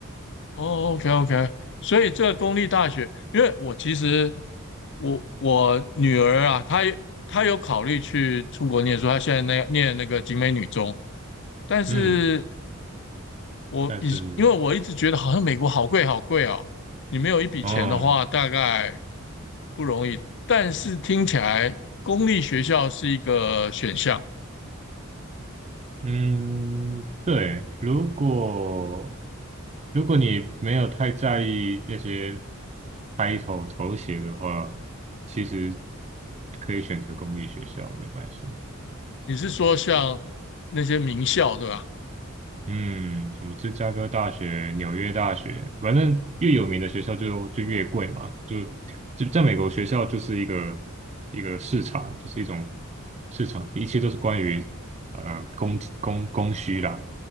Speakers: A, on the left; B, on the right.
A: 哦，OK OK，所以这个公立大学，因为我其实我我女儿啊，她有她有考虑去出国念书，她现在那念那个景美女中，但是
B: 嗯，
A: 我以因为我一直觉得好像美国好贵好贵哦，
B: 但是，
A: 你没有一笔钱的话，
B: 哦，
A: 大概不容易。但是听起来公立学校是一个选项，
B: 嗯，对，如果如果你没有太在意那些 title 头衔的话，其实可以选择公立学校，没关系。
A: 你是说像那些名校对吧？
B: 嗯，什么芝加哥大学、纽约大学，反正越有名的学校就就越贵嘛，就就在美国学校就是一个一个市场，就是一种市场，一切都是关于呃供供供需啦，